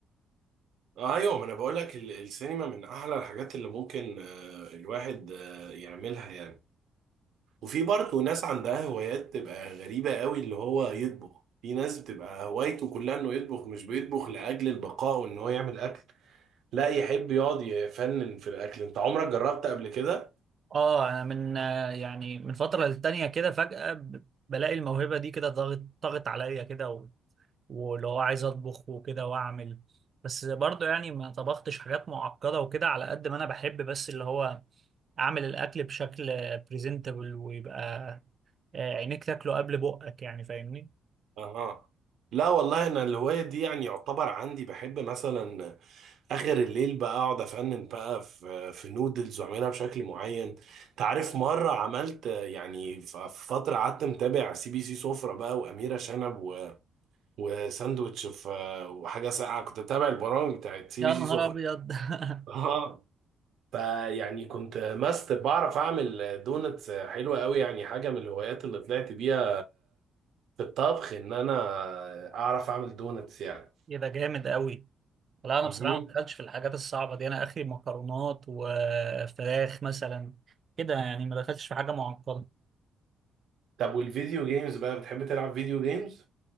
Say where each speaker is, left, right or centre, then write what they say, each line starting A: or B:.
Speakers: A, on the right; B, on the right.
A: ايوه ما انا بقول لك السينما من احلى الحاجات اللي ممكن آه، الواحد آه، يعملها يعني وفي برضه ناس عندها هوايات تبقى غريبة قوي اللي هو يطبخ في ناس بتبقى هوايته كلها انه يطبخ مش بيطبخ لأجل البقاء وان هو يعمل أكل لا يحب يقعد يفنن في الأكل انت عمرك جربت قبل كده؟
B: اه انا من آه، يعني من فتره للتانيه كده فجاه ب- بلاقي الموهبه دي كده ضاغط ضاغط عليا كده و- واللي هو عايز اطبخ وكده واعمل بس برضه يعني ما طبختش حاجات معقده وكده على قد ما انا بحب بس اللي هو اعمل الاكل بشكل بريزنتبل ويبقى آه، عينيك تاكله قبل بقك يعني فاهمني
A: اها لا والله انا الهواية دي يعني يعتبر عندي بحب مثلا اخر الليل بقى اقعد افنن بقى في في نودلز واعملها بشكل معين تعرف مرة عملت يعني ف- في فترة قعدت متابع سي بي سي سفرة بقى وأميرة شنب وساندوتش في وحاجه ساقعه كنت بتابع البرامج بتاعت سي
B: يا
A: بي
B: نهار
A: سي سفر
B: ابيض <laughs>
A: <laughs> اه فيعني كنت ماستر بعرف اعمل دونتس حلوه قوي يعني حاجه من الهوايات اللي طلعت بيها في الطبخ ان انا اعرف اعمل دونتس يعني
B: كده جامد قوي لا انا
A: مهم.
B: بصراحه ما دخلتش في الحاجات الصعبه دي انا اخري مكرونات وفراخ مثلا كده يعني ما دخلتش في حاجه معقده
A: طب والفيديو جيمز بقى بتحب تلعب فيديو جيمز